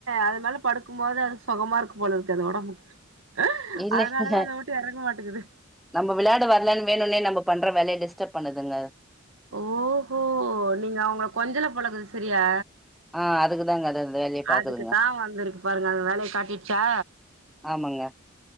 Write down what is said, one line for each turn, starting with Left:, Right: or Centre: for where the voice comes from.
Right: அது மேல படுக்கும் போது அது சொகமா இருக்கும் போல இருக்குது ஒடம்புக்கு
Centre: இல்ல
Right: அதனாலதா
Centre: இல்ல
Right: அத விட்டு எறங்க மாட்டேங்குது
Centre: நம்ம விளையாட வரலேன்னு வேணும்னே நம்ம பண்ற வேலய டிஸ்டர்ப் பண்ணுதுங்க
Right: ஓஹோ நீங்க அவங்கள கொஞ்சல போலத சரியா
Centre: ஆ அதுக்குதாங்க அது அந்த வேலைய பாக்குதுங்க
Right: அதுக்குத்தா வந்திருக்கு பாருங்க அது வேலய காட்டிட்டு சா
Centre: ஆமாங்க